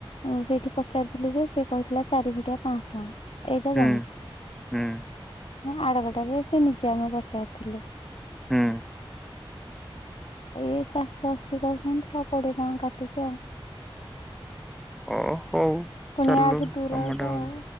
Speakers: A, on the left (about 80°); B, in the centre.
A: ଉଁ ସେଇଠି ପଚାରିଥିଲୁ ଯେ ସେ କହିଥିଲା ଚାରି ଫୁଟିଆ ପାଆଁଶ ଟଙ୍କା। ଏଇଟା
B: ହୁଁ
A: ଜାଣିଛି
B: ହୁଁ
A: ଆଡଗୋଟାରେ ସେ ନିଜେ ଆମେ ପଚାରିଥିଲୁ।
B: ହୁଁ।
A: ଏଇ ଏ ଚାରିଶହ ଅଶୀ କହୁଛନ୍ତି ଆଉ କୋଡିଏ ଟଙ୍କା କାଟିକି ଆଉ।
B: ଅ ହଉ।
A: ପୁଣି
B: ଚାଲୁ
A: ୟାଠୁ ଦୂର
B: କାମଟା
A: ଏଇଟା
B: ହଉଛି
A: ଆଉ।